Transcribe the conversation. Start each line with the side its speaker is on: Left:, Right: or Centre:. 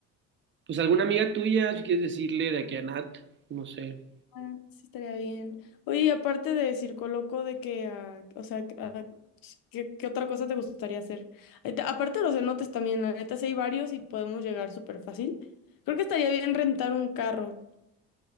Right: pues alguna amiga tuya, si quieres decirle de aquí a Nat, no sé.
Left: ah, sí estaría bien. Oye, y aparte de Circo Loco, de que, ah, o sea, que, ah, ¿qué, qué otra cosa te gustaría hacer? Ay, te- Aparte de los cenotes también, la neta, sí hay varios y podemos llegar súper fácil. Creo que estaría bien rentar un carro